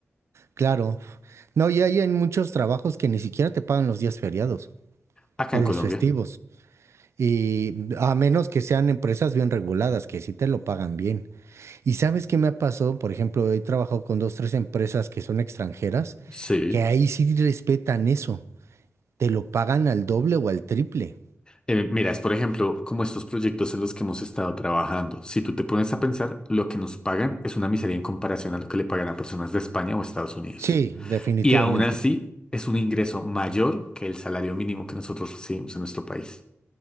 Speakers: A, on the right; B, on the left.
A: Claro. No, y hay en muchos trabajos que ni siquiera te pagan los días feriados
B: Acá
A: o
B: en
A: los
B: Colombia.
A: festivos. Y a menos que sean empresas bien reguladas, que sí te lo pagan bien. ¿Y sabes qué me ha pasado? Por ejemplo, he trabajado con dos, tres empresas que son extranjeras,
B: Sí.
A: que ahí sí respetan eso. Te lo pagan al doble o al triple.
B: Eh, mira, es por ejemplo como estos proyectos en los que hemos estado trabajando. Si tú te pones a pensar, lo que nos pagan es una miseria en comparación a lo que le pagan a personas de España o Estados Unidos.
A: Sí, definitivamente.
B: Y aún así, es un ingreso mayor que el salario mínimo que nosotros recibimos en nuestro país.